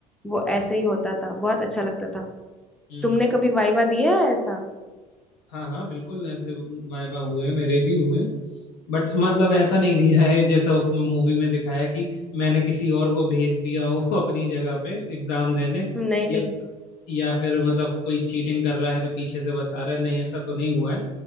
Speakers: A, in the centre; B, on the left (about 60°).
A: वो ऐसे ही होता था बहुत अच्छा लगता था
B: हम्म
A: तुमने कभी वाइवा दिया है ऐसा
B: हाँ हाँ बिल्कुल ऐसे वाइवा हुए हैं, मेरे भी हुए हैं। बट मतलब ऐसा नहीं दिया है जैसा उसमें मूवी में दिखाया है कि मैंने किसी और को भेज दिया हो <laughs> अपनी जगह पे एग्जाम देने
A: नहीं
B: या
A: नहीं
B: या फिर मतलब कोई चीटिंग कर रहा है तो पीछे से बता रहा है नहीं ऐसा तो नहीं हुआ है